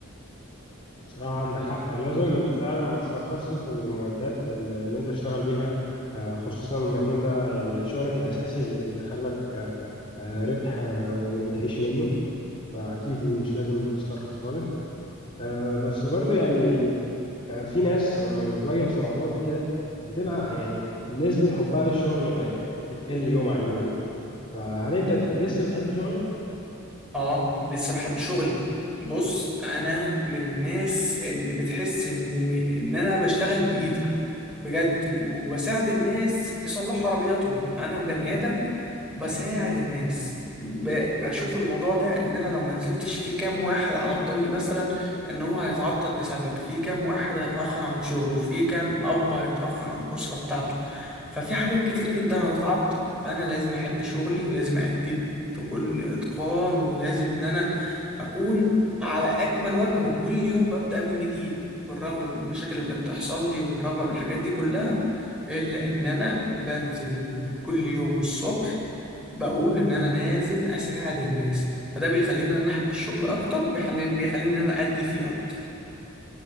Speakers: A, on the left; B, in the centre.
A: بصراحة عندك حق لازم فعلا ما تسترخصش في المعدات اللي اللي انت بتشتغل بيها آه، خصوصا لما يكون ده يعني شغلك الأساسي اللي بيدخلك آه، آه، ربح آه، وبتعيش منه فأكيد مش لازم تسترخص خالص آه، بس برضو يعني آه، في ناس لما بتواجه صعوبات وكده بتبقى يعني نسبة حبها للشغل بقت بتقل يوم عن يوم فهل انت لسه بتحب شغلك؟
B: آه أنا لسه بحب شغلي بص أنا من الناس اللي بتحس إن إن أنا بشتغل بإيدي بجد وبساعد الناس يصلحوا عربياتهم انا بني ادم بساعد الناس ب- بشوف الموضوع ده ان انا لو ما نزلتش في كام واحد على الطريق مثلا ان هو هيتعطل بسبب في كام واحد هيتاخر عن شغله في كام اب هيتاخر عن الاسره بتاعته ففي حاجات كتير جدا هتتعطل فانا لازم احب شغلي ولازم اديه بكل اتقان ولازم ان انا اكون على اكمل وجه وكل يوم ببدا من جديد بالرغم من المشاكل اللي بتحصل لي وبالرغم من الحاجات دي كلها إلا إن أنا بنزل ال- كل يوم الصبح بقول إن أنا نازل أساعد الناس فده بيخليني إن أنا أحب الشغل أكتر وبيخليني بيخليني إن أنا أدي فيه أكتر